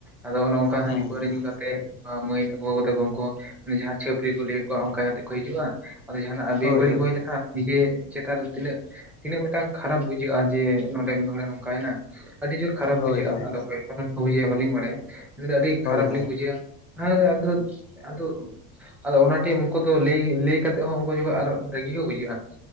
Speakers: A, in the centre; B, on the left (about 75°).
A: ᱟᱫᱚ ᱚᱱᱮ ᱚᱱᱠᱟ
B: ᱦᱮᱸ
A: ᱦᱟᱺᱰᱤ ᱯᱟᱹᱣᱨᱟᱹ
B: ᱦᱮᱸ
A: ᱧᱩ ᱠᱟᱛᱮ ᱚᱱᱠᱟ ᱢᱟᱹᱭ ᱛᱟᱠᱚ ᱵᱟᱹᱵᱩ ᱛᱟᱠᱚ ᱩᱱᱠᱩ ᱦᱚᱸ ᱩᱱᱤ ᱡᱟᱦᱟᱸ ᱪᱷᱟᱹᱯᱟᱹᱨᱤ ᱠᱚ ᱞᱟᱹᱭᱮᱫ ᱠᱚᱣᱟ ᱚᱝᱠᱟ ᱠᱟᱛᱮᱜ ᱠᱚ ᱦᱤᱡᱩᱜᱼᱟ᱾ ᱟᱫᱚ ᱡᱟᱦᱟᱸᱱᱟᱜ ᱟᱹᱰᱤ
B: ᱦᱳᱭ
A: ᱵᱟᱹᱲᱤᱡ
B: ᱦᱳᱭ
A: ᱦᱩᱭ
B: ᱦᱳᱭ
A: ᱞᱮᱠᱷᱟ ᱱᱤᱡᱮ ᱪᱮᱛᱟᱱ ᱨᱮ ᱛᱤᱱᱟᱹᱜ ᱛᱤᱱᱟᱹᱜ ᱢᱤᱫᱴᱟᱝ ᱠᱷᱟᱨᱟᱯ ᱵᱩᱡᱷᱟᱹᱜᱼᱟ ᱡᱮ ᱱᱚᱸᱰᱮ ᱢᱤᱫ ᱦᱚᱲᱮ ᱱᱚᱝᱠᱟᱭᱱᱟ᱾ ᱟᱹᱰᱤ ᱡᱳᱨ ᱠᱷᱟᱨᱟᱯ
B: ᱦᱳᱭ
A: ᱵᱩᱡᱷᱟᱹᱜᱼᱟ
B: ᱦᱳᱭ ᱦᱳᱭ
A: ᱟᱫᱚ ᱚᱠᱚᱭ ᱟᱜ ᱠᱟᱛᱷᱟ ᱠᱚ ᱦᱩᱭᱟ ᱵᱟᱹᱞᱤᱧ ᱵᱟᱲᱟᱭᱟ ᱟᱹᱞᱤᱧ ᱫᱚ ᱟᱹᱰᱤ
B: ᱦᱳᱭ
A: ᱠᱷᱟᱨᱟᱯ
B: ᱦᱳᱭ ᱦᱳᱭ
A: ᱞᱤᱧ ᱵᱩᱡᱷᱟᱹᱣᱼᱟ᱾ ᱦᱟᱭᱨᱮ ᱟᱫᱚᱯ ᱟᱫᱚ ᱟᱫᱚ ᱚᱱᱟ ᱴᱤᱢ ᱩᱱᱠᱩ ᱫᱚ ᱞᱟᱹᱭ ᱞᱟᱹᱭ ᱠᱟᱛᱮᱫ ᱦᱚᱸ ᱩᱱᱠᱩ ᱡᱚᱠᱷᱚ ᱟᱨ ᱨᱟᱹᱜᱤ ᱠᱚ ᱵᱩᱡᱷᱟᱹᱜᱼᱟ᱾